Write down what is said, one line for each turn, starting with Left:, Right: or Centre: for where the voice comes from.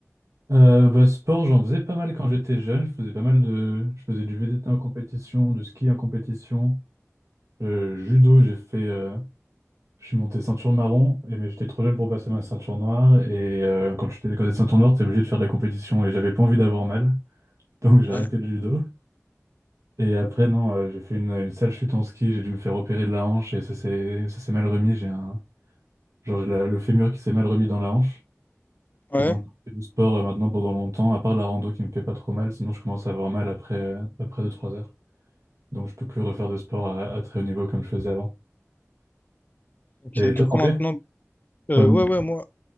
Right: Euh, bah, sport, j'en faisais pas mal quand j'étais jeune. Je faisais pas mal de, je faisais du VTT en compétition, du ski en compétition, Euh, judo. J'ai fait, euh, je suis monté ceinture marron, et- mais j'étais trop jeune pour passer ma ceinture noire. Et euh, quand j'étais quand t'es ceinture noire, t'es obligé de faire de la compétition, et j'avais pas envie d'avoir mal, <laughs> donc j'ai arrêté
Left: Ouais.
Right: le judo. Et après, non, euh, j'ai fait une, une sale chute en ski. J'ai dû me faire opérer de la hanche, et ça s'est ça s'est mal remis. J'ai un genre j'ai la- le fémur qui s'est mal remis dans la hanche.
Left: Ouais,
Right: Et donc, on fait du sport euh, maintenant pendant longtemps, à part la rando qui me fait pas trop mal, sinon je commence à avoir mal après, euh, après deux trois heures. Donc, je peux plus refaire de sport à, à très haut niveau comme je faisais avant.
Left: ok.
Right: Et
Left: Du
Right: toi,
Left: coup,
Right: t'en
Left: maintenant.
Right: fais?
Left: euh,
Right: Comme-
Left: ouais, ouais, moi.